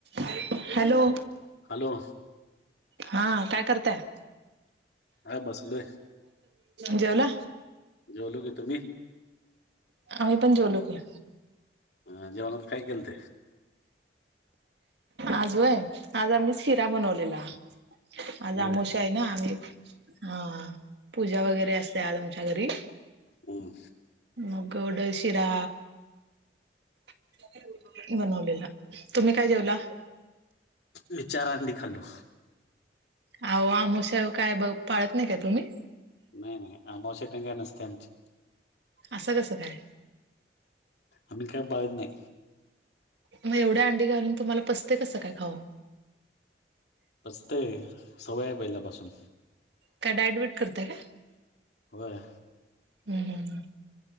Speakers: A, on the right; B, on the left.
A: <inaudible> Hello!
B: Hello!
A: हा, काय करतायं?
B: हा बसलोय,
A: जेवला
B: जेवलो की, तुम्ही?
A: आम्ही पण जेवलो की.
B: अ जेवणात काय केलत?
A: आज होय, आज आम्ही शिरा बनवलेला. आज
B: होय
A: आमोशा आहे ना आम्ही हा पूजा वगैरे असते आज च्या घरी.
B: हम्म.
A: ह गोड शिरा <inaudible> बनवलेला. तुम्ही काय जेवला?
B: मी चार अंडी खालो.
A: अहो आमवस्या काय बघ, पाळत नाही का तुम्ही?
B: नाही नाही, अमावश्या तेन काय नसते आमची.
A: असं कसं काय?
B: आम्ही काय बगत नाही.
A: मग एवढ्या अंडी घालून, तुम्हाला पसते कसं काय खाऊन?
B: पसतय सवय आहे पहिल्यापासून.
A: काय डाएट वेयेट करतय का?
B: होय.
A: हम् हम्.